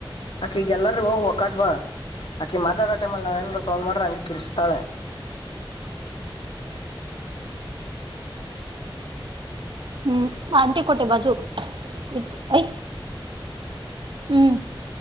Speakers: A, on the left (about 70°); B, on the right (about 65°).
A: ಅಕಿಗ್ ಎಲ್ಲಾರೂ ಹೊ ಒಕ್ಕಾಟ್ ಬಾ ಅಕಿ ಮಾತಾಡೋ ಟೈಮಲ್ಲಿ ನಾವ ಏನಾರ್ ಸ ಸೌಂಡ್ ಮಾಡಿದ್ರ ಹಂಗೆ ಕಿರಚಾತಳ
B: ಹ್ಮ್ ಹ್ಮ್ ಆಂಟಿ ಕೊಟ್ಟೆ ಬಾಜು ಇತ್ತು ಯ್ತ್ ಹ್ಮ್